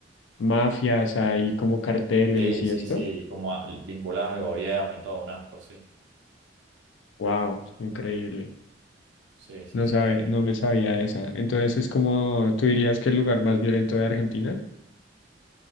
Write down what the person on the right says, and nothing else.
Sí,
sí,
sí, como a- vinculadas al gobierno y todo, un asco, sí.
Sí, sí,
sí,
terrible.